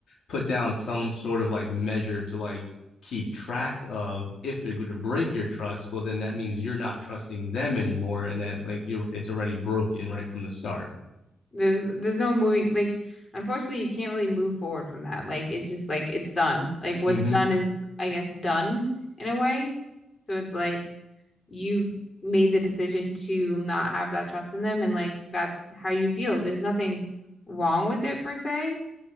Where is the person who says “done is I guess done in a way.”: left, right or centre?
Left